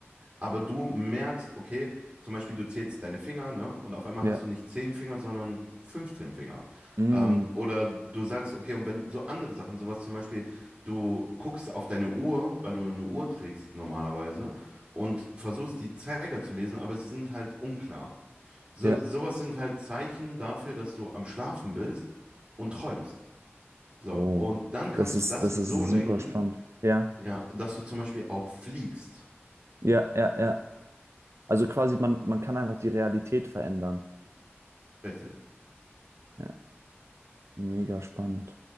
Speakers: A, on the right (about 25°); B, on the right (about 85°).
A: Aber du merkst, okay, zum Beispiel du zählst deine Finger, ne? Und auf einmal
B: ja,
A: hast du nicht 10 Finger, sondern 15 Finger.
B: mm,
A: Ähm, oder du sagst, okay, und wenn so andere Sachen, sowas zum Beispiel, du guckst auf deine Uhr, weil du eine Uhr trägst normalerweise, und versuchst die Zeiger zu lesen, aber sie sind halt unklar. So,
B: ja,
A: sowas sind halt Zeichen dafür, dass du am Schlafen bist und träumst. So,
B: oh,
A: und dann kannst
B: das ist,
A: du das
B: das
A: so
B: ist
A: lenken,
B: super spannend. Ja,
A: ja, dass du zum Beispiel auch fliegst.
B: ja, ja, ja. Also quasi, man, man kann einfach die Realität verändern.
A: Richtig.
B: Ja, mega spannend.